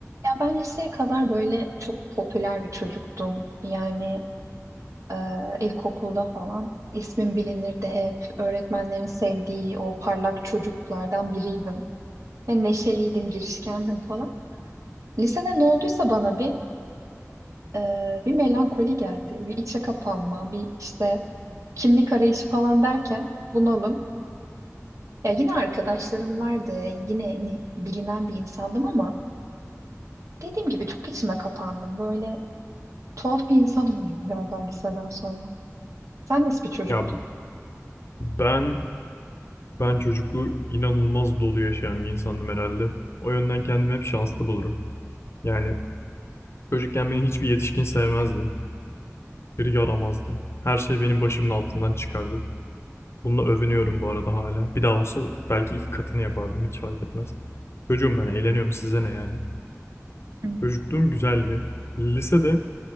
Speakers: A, on the right; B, on the left.
A: Ya ben liseye kadar böyle çok popüler bir çocuktum. Yani e, ilkokulda falan ismim bilinirdi hep. Öğretmenlerin sevdiği o parlak çocuklardan biriydim. Ve neşeliydim, girişkendim falan. Lisede ne olduysa bana bir e, bir melankoli geldi. Bir içe kapanma, bir işte kimlik arayışı falan derken bunalım. Ya yine arkadaşlarım vardı. Yine hani bilinen bir insandım ama dediğim gibi çok içime kapandım. Böyle Tuhaf bir insan oldum galiba liseden sonra. Sen nasıl bir çocuktun?
B: Ya ben ben çocukluğu inanılmaz dolu yaşayan bir insandım herhalde. O yönden kendimi hep şanslı bulurum. Yani çocukken beni hiçbir yetişkin sevmezdi. Bir yaramazdım. Her şey benim başımın altından çıkardı. Bununla övünüyorum bu arada hala. Bir daha olsa belki iki katını yapardım hiç fark etmez. Çocuğum ben eğleniyorum size ne yani.
A: Hı,
B: Çocukluğum güzeldi. Lisede